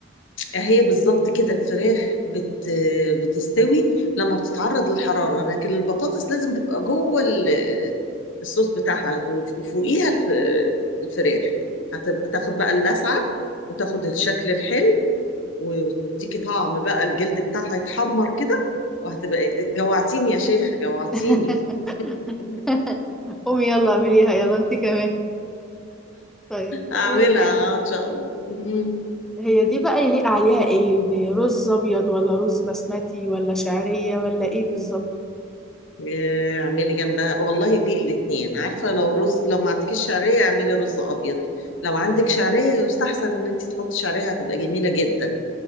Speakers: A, on the left; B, in the centre.
A: هي بالظبط كده الفراخ بت بتستوي لما بتتعرض للحرارة لكن البطاطس لازم تبقى جوه ال- الصوص بتاعها وف- وفوقيها الف- الفراخ هتبقى تاخد بقى اللسعة وتاخد الشكل الحلو وتديكي طعم بقى الجلد بتاعها يتحمر كده وهتبقى جوعتيني يا شيخة جوعتيني
B: <laughs>
A: <laughs>
B: قومي يلا اعمليها يلا انت كمان طيب بقول
A: هعملها
B: لك ايه
A: آه، ان شاء الله مم.
B: هي دي بقى يليق عليها ايه دي رز ابيض ولا رز بسمتي ولا شعرية ولا ايه بالظبط
A: آه، اعملي جنبها والله دي الاتنين عارفة لو رز لو ما عندكيش شعرية اعملي رز ابيض لو عندك شعرية يستحسن ان انت تحطي شعرية هتبقى جميلة جدا